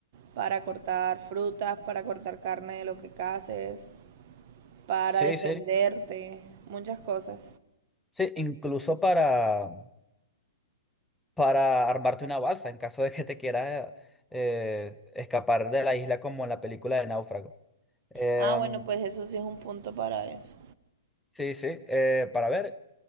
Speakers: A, on the right; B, in the centre.
A: para cortar frutas, para cortar carne de lo que caces, para
B: Sí,
A: defenderte,
B: sí,
A: muchas cosas.
B: sí, incluso para, para armarte una balsa en caso de que te quieras eh, escapar de la isla como en la película de Náufrago. Em,
A: Ah, bueno, pues eso sí es un punto para eso.
B: sí, sí, eh, para ver,